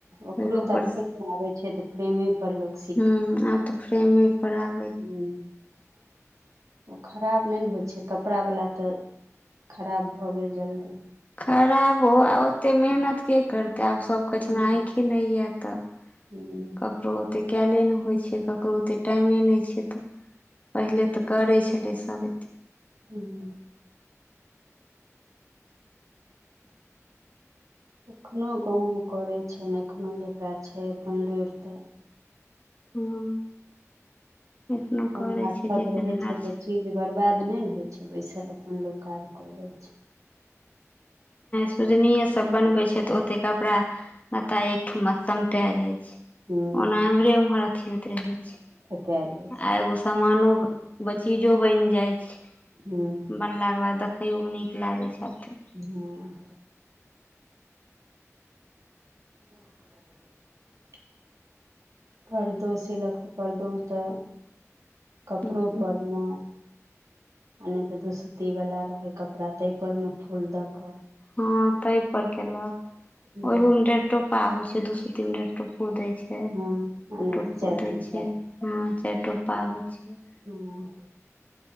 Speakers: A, on the right; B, on the left.
A: ओकरो
B: ओहो
A: तऽ आब
B: पर
A: फ्रेमे आबैछै तऽ फ्रेमे पर लोक
B: हूंम्म आब तऽ फ्रेमे पर आब
A: हूंम्म ओ खराब नहि ने होइ छैय कपड़ावला तऽ खराब भऽ गेल जल्दी
B: खराब हो आ ओतेक मेहनत के करतै आब सभ कहै छै
A: हूँ
B: हमरा आँखे नहि यए तऽ
A: हूँ
B: ककरो ओतेक कयले नहि होइ छै ककरो ओतेक टाइमे नहि छै तऽ पहिले तऽ करै छलै सभ एतेक
A: हूँ एखनो गाँवमे करै छैनि एखनोहु जकरा छै अपन लुरि तऽ
B: हँ एखनो
A: अपन
B: करै
A: हाथक
B: छैय जे
A: रहै
B: केनहार
A: छै तऽ
B: छैय
A: चीज बरबाद नहि ने होइ छैय बैसल अपन लोक काज कऽ लैय छै
B: सुजनि सब बनबे छै तऽ ओते कपड़ा लत्ता एकठुमा समटा जाइ छै
A: हूँ
B: ओना एम्हरे उम्हर अथी होइत रहै छै
A: ठका जाइ छै
B: आ एगो सामानो चीजो बनि जाइ छै
A: हँ
B: बनलाके बाद देखैयोमे नीक लागै छै
A: हँ <inaudible> परदो सिलक तऽ परर्दो तऽ कपड़ो
B: हूँ
A: परमे आ नहि तऽ दुसुत्तीवला रहल कपड़ा ताहिपर मे फूल दऽ कऽ
B: हँ ताहि पर केलक
A: हूँ
B: ओयो मे डेट टोपा होय छै दू सो तीन बे टोपो देय छै फ
A: हँ आ
B: दु
A: नहि
B: टोपो
A: तऽ चारि
B: दै
A: पीसा
B: छै हँ चारि टोपा होइ छै <inaudible>
A: हँ